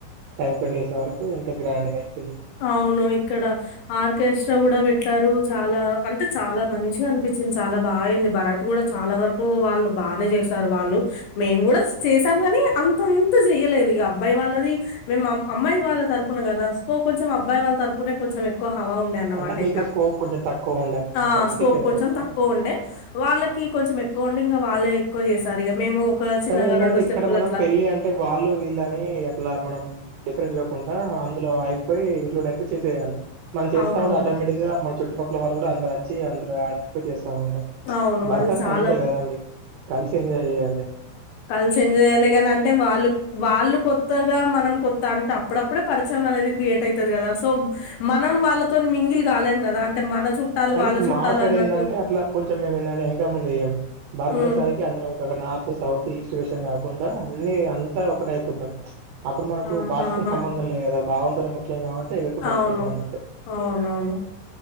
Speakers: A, on the right; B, on the left.
A: టైమ్ స్పెండ్ చేసేవరకు ఇంకా గ్రాండ్ గా అయింది
B: అవును ఇక్కడ ఆర్కేస్ట్రా గూడా వెట్ అంటరు చాలా అంటే చాలా మంచిగా అనిపిచ్చింది చాలా బా ఐంది భరత్ గూడా చాలా వరకు వాళ్ళు బానే చేసారు వాళ్ళు మేం గూడా చేసాము గానీ అంతంత చేయలేదు ఇగ అబ్బాయి వాళ్ళది మేం మమ్ అమ్మాయి వాళ్ళ తరపున కదా స్కో కొంచం అబ్బాయి వాళ్ళ తరపునే కొంచెం ఎక్ ఎక్కువ హవా ఉండేన్నమాట
A: అంటే మీకు
B: ఇంకా
A: స్కోప్ కొంచెం తక్కువ ఉండే అన్నట్టు
B: ఆ
A: అందుకే
B: స్కోప్
A: చేయలేకపోయారా
B: కొంచెం తక్కువుండే వాళ్ళకి కొంచెం ఎక్కువుండే ఇంగా వాళ్ళ ఎక్ ఎక్కువ జేసారిగా మేము ఒక చిన్నగా
A: కానీ ఏందంటే ఇక్కడ
B: స్టెప్పులు
A: మనం
B: అట్లా
A: పెళ్ళి అంటే వాళ్ళు వీళ్ళని అట్లా మనం డిఫరెన్స్ చుడకు టా అందులో అయిపోయి ఇంక్లూడ్ అయిపోయి చేసేయాలే మనం చేస్తా
B: అవునవును.
A: ఉంటే ఆటోమేటిక్ గా మన చుట్ ట్టు పక్కల వాళ్ళు గూడా అందరచ్చి అందులో ఎక్వ చేస్త్ ఉంటర్
B: అవును.
A: భారత్
B: అది
A: అంటే
B: చాలా
A: అంతే కదాండి కల్సి ఎంజాయ్ జేయ్యాలే
B: కల్సి ఎంజాయ్ జేయాలి గానంటే వాళ్ళు వాళ్ళు కొత్ త్తగా మనం కొత్త అంటే అప్పుడప్పుడే పరిచయం అనేది క్రియేట్ ఐతది గదా సో మనం వాళ్ళతోని మీం మింగిల్ గాలేం గదా అంటే మన చుట్టాలు
A: కానీ
B: వాళ్ళ చుట్టాలు
A: మా సడ్
B: అన్నట్టు
A: ఏందంటే అట్ల కొంచెం మేమేందంటే ఎనకముందు వేయం భారతనే
B: ఉమ్
A: సరికి అందరం ఒక నార్త్ సౌత్ ఈస్ట్ వెస్ట్ అని కాకుండా అన్ని అంతా ఒకటైపోతున్ ప్చ్ అపుడు మనకు
B: ఆహాహా
A: భాషతోన్ సంబంధం లేదు కదా భావంతోనే ముఖ్యం కాబట్టి చేయకుండా వెళ్లిపోతాం
B: అవును
A: ఉంది అంటే
B: అవునవును